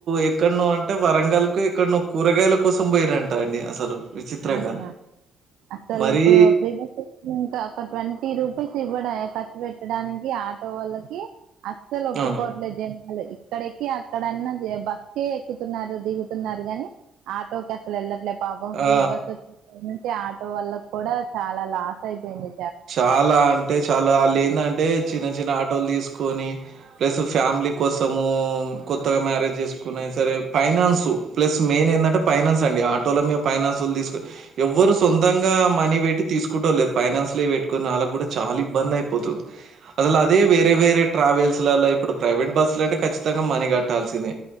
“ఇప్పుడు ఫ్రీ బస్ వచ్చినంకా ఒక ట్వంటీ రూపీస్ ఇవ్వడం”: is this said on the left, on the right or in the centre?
Right